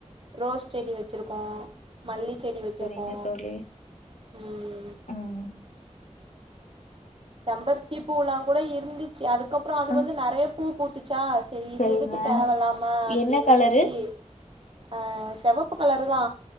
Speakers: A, on the right; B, on the left.
A: ரோஸ் செடி வச்சிருக்கோ மல்லி செடி வச்சிருக்கோ
B: சரிங்க தோழி
A: ம்
B: உம்
A: செம்பருத்தி பூலா கூட இருந்துச்சு அதுக்கு அப்புறம் அது
B: ஆ
A: வந்து நெறைய பூ பூத்து ச்சா சரி இது
B: சரிங்க.
A: எதுக்கு தேவலாமா அப்படின்னு
B: என்ன கலரு?
A: சொல்லி அஹ் செவப்பு கலரு தா